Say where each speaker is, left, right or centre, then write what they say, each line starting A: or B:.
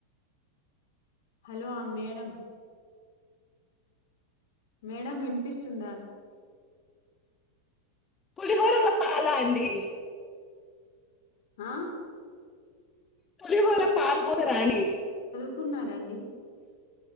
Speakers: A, on the left; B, on the left.
A: హలో మేడం మేడం వినిపిస్తుందా
B: పులిహోరల పాల అండి
A: ఆ
B: పులిహోర పాల్ పోత్ త్తర అని
A: కున్నారంండి